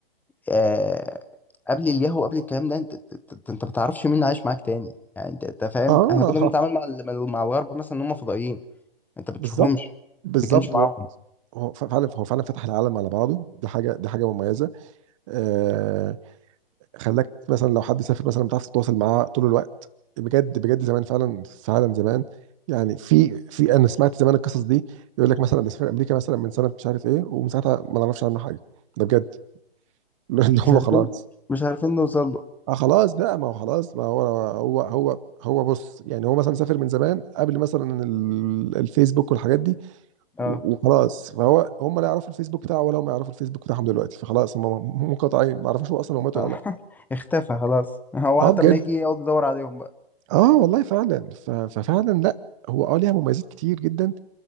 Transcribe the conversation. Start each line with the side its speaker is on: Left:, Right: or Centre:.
Centre: آه قبل الياهو قبل الكلام ده أنت أنت أنت ما تعرفش مين عايش معاك تاني يعني أنت أنت فاهم
Right: اه
Centre: إحنا كنا بنتعامل مع ال- مع الغرب مثلا إن هم فضائيين أنت بتشوفهمش
Right: بالظبط بالظبط
Centre: ما بتتكلمش معاهم
Right: هو هو ف- فعلا هو فعلا فتح العالم على بعضه دي حاجه دي حاجه مميزه آه. خلاك مثلا لو حد سافر مثلا بتعرف تتواصل معاه طول الوقت بجد بجد زمان فعلا فعلا زمان يعني في في انا سمعت زمان القصص دي يقول لك مثلا ده سافر امريكا مثلا من سنه مش عارف ايه ومن ساعتها ما نعرفش عنه حاجه ده بجد <laughs> اللي
Centre: مش
Right: هو
Centre: عارفين
Right: خلاص
Centre: مش عارفين نوصل له
Right: اه خلاص بقى ما هو خلاص ما هو هو هو هو بص يعني هو مثلا سافر من زمان قبل مثلا ال- الفيسبوك والحاجات دي
Centre: اه
Right: وخلاص فهو هم لا يعرفوا الفيسبوك بتاعه ولا هم يعرفوا الفيسبوك بتاعهم دلوقتي فخلاص هم م- منقطعين ما يعرفوش هو اصلا هو مات
Centre: <laughs>
Right: ولا لا
Centre: اختفى خلاص هو
Right: اه
Centre: حتى
Right: بجد
Centre: لما يجي يقعد يدور عليهم بقى
Right: اه والله فعلا ف- ففعلا لا هو اه ليها مميزات كتير جدا